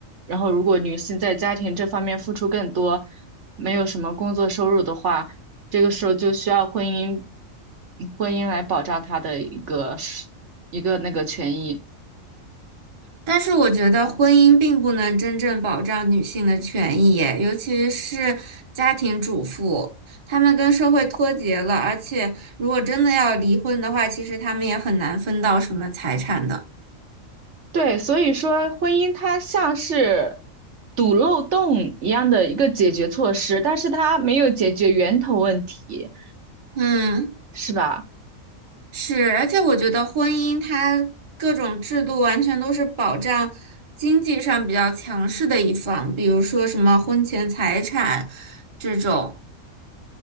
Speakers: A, on the right; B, on the right.
A: 然后如果女性在家庭这方面付出更多，没有什么工作收入的话，这个时候就需要婚姻婚姻来保障她的一个一个那个权益。
B: 但是我觉得婚姻并不能真正保障女性的权益耶尤其是家庭主妇，她们跟社会脱节了，而且如果真的要离婚的话，其实她们也很难分到什么财产的。
A: 对，所以说婚姻它像是堵漏洞一样的一个解决措施，但是它没有解决源头问题，
B: 嗯，
A: 是吧？
B: 是，而且我觉得婚姻它各种制度完全都是保障经济上比较强势的一方，比如说什么婚前财产这种，